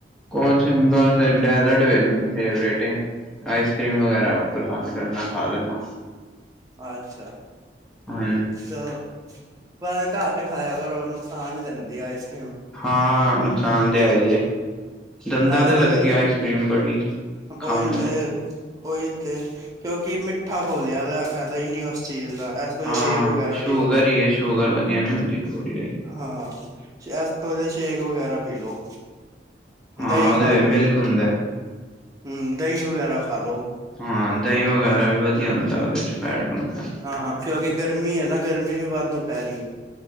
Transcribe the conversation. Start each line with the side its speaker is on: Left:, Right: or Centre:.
Centre: ਕੁਛਦਾਸ ਡੈਜ਼ਰਟ ਵਿੱਚ ਮੇਰੀ ਫੈਬਰਟ ਹੈ। ਆਈਸ ਕਰ੍ਰੀਮ ਵਗੈਰਾ ਬਣਾ ਵੀ ਲੈਨਾ ਖਾ ਲੈਂਣਾ
Right: ਅੱਛਾ,
Centre: ਹਾਂ
Right: ਚਲੋ ਪਰ ਘੱਟ ਖਾਇਆ ਕਰੋ ਉਹ ਨੁਕਸਾਨ ਨੀ ਦਿੰਦੀ ਆਈਸਕ੍ਰੀਮ
Centre: ਹਾਂ ਨੁਕਸਾਨ ਤਾਂ ਹੈ ਈ ਐ ਦੰਦਾਂ
Right: ਇਸ
Centre: ਤੇ ਲੱਗਦੀ
Right: ਵਜ੍ਹਾ
Centre: ਆ ਆਈਸਕ੍ਰੀਮ ਬੜੀ, ਖਾਣ
Right: ਉਹੀ
Centre: ਵੇਲੇ
Right: ਤੇ ਉਹੀ ਤੇ ਕਿਉਂਕਿ ਮਿੱਠਾ ਕੋਲਿਆ ਦਾ ਫਾਇਦਾ ਹੀ ਨਹੀਂ ਉਸ ਚੀਜ਼ ਦਾ ਵਜ੍ਹਾ
Centre: ਹਾਂ
Right: ਸ਼ੇਕ ਵਗੈਰਾ
Centre: ਸ਼ੂਗਰ
Right: ਪੀ ਲਓ
Centre: ਹੀ, ਸ਼ੂਗਰ ਵਧੀਆ ਨੀ ਹੁੰਦੀ ਬੋਡੀ
Right: ਹਾਂ, ਜਿਸ ਤੋਂ ਜਾ ਸ਼ੇਕ ਵਗੈਰਾ ਪੀ ਲਓ।
Centre: ਹਾਂ
Right: ਦਹੀਂ
Centre: ਉਹਦੇ
Right: ਖਾ
Centre: ਵਿੱਚ
Right: ਲੋੋ,
Centre: ਮਿਲਕ ਹੁੰਦਾ
Right: ਹਮ ਦਹੀਂ ਵਗੈਰਾ ਖਾ ਲੋ
Centre: ਹਾਂ ਦਹੀਂ ਵਗੈਰਾ ਵੀ ਵਧੀਆ ਹੁੰਦਾ ਉਹਦੇ ਚ ਫੈਟ ਹੁੰਦਾ
Right: ਹਾਂ- ਹਾਂ ਕਿਉਂਕਿ ਗਰਮੀ ਐ ਨਾ ਗਰਮੀ ਵੀ ਵਾਧੂ ਪੈ ਰਹੀ ਐ।